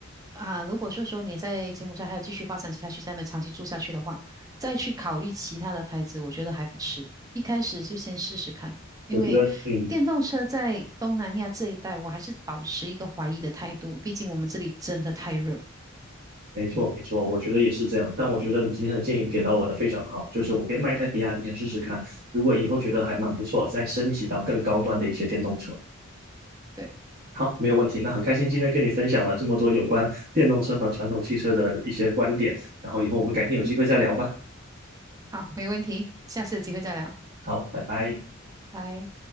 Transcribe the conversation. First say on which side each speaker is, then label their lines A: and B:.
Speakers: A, on the right; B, on the right.
A: 啊、如果说说你在柬埔寨还有继续发展下去，在那边长期住下去的话，再去考虑其他的牌子，我觉得还不迟。一开始就先试试看，因为电动车在东南亚这一带，
B: 我觉得，嗯，
A: 我还是保持一个怀疑的态度，毕竟我们这里真的太热。
B: 没错，没错，我觉得也是这样。但我觉得你今天的建议给到我的非常好，就是我可以买一台比亚迪先试试看，如果以后觉得还蛮不错，
A: 嗯哼
B: 再升级到更高端的一些电动车。
A: 对，
B: 好，没有问题。那很开心今天跟你分享了这么多有关电动车和传统汽车的一些观点，然后以后我们改天有机会再聊吧。
A: 嗯，好，没问题，下次有机会再聊，
B: 好，拜拜。
A: 拜。